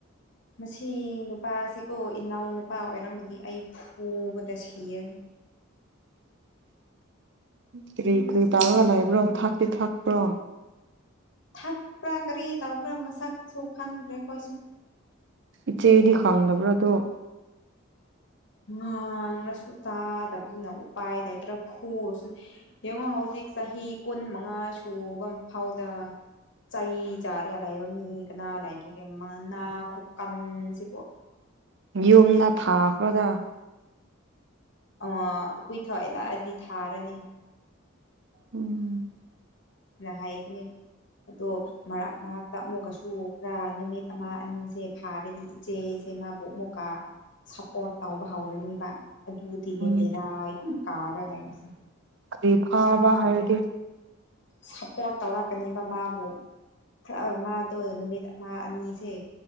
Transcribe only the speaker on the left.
ꯃꯁꯤ ꯅꯨꯄꯥꯁꯤ ꯀꯣ ꯏꯅꯥꯎ ꯅꯨꯄꯥ ꯑꯣꯏꯔꯝꯃꯗꯤ ꯑꯩ ꯐꯨꯕꯗ ꯁꯤꯌꯦ
ꯊꯛꯄ꯭ꯔꯥ ꯀꯔꯤ ꯇꯧꯕ꯭ꯔꯥ ꯃꯁꯛꯁꯨ ꯈꯪꯗ꯭ꯔꯦ ꯑꯩꯈꯣꯏꯁꯨ
ꯉꯥꯡꯅꯁꯨ ꯇꯥꯗꯕꯅꯤꯅ ꯎꯄꯥꯏ ꯅꯇ꯭ꯔ ꯐꯨꯔꯁꯨ ꯌꯦꯡꯉꯣ ꯍꯧꯖꯤꯛ ꯍꯧ ꯆꯍꯤ ꯀꯨꯟ ꯃꯉꯥꯁꯨ ꯐꯕ ꯐꯥꯎꯗ ꯆꯩ ꯆꯥꯔꯒ ꯂꯩꯕ ꯃꯤ ꯀꯅꯥ ꯂꯒꯦꯒꯅꯥ ꯀꯟꯁꯤ ꯀꯣ
ꯑ ꯀꯨꯏꯊꯣꯛꯏ ꯂꯛꯑꯗꯤ ꯊꯥꯔꯅꯤ
ꯅ ꯍꯥꯏꯕꯅꯤ ꯑꯗꯣ ꯃꯔꯛ ꯃꯔꯛꯇ ꯑꯃꯨꯛꯀꯁꯨ ꯈꯔ ꯅꯨꯃꯤꯠ ꯑꯃ ꯑꯅꯤꯁꯦ ꯐꯥꯔꯗꯤ ꯏꯆꯦꯁꯦ ꯃꯥꯕꯨꯣꯛ ꯃꯨꯀꯥ ꯁꯞꯄꯣꯔꯠ ꯇꯥꯎꯕ ꯍꯧꯔꯅꯤꯕ ꯑꯗꯨꯗꯤꯅꯦ
ꯕꯦꯔꯥ ꯌꯥꯝ ꯀꯥꯔ ꯂꯩꯏꯕꯁꯦ
ꯁꯞꯄꯣꯔꯠ ꯇꯧꯔꯛꯀꯅꯤꯕ ꯃꯥꯕꯨ ꯈꯔ ꯃꯥꯗꯣ ꯅꯨꯃꯤꯠ ꯅꯨꯠ ꯑꯃ ꯑꯅꯤꯁꯦ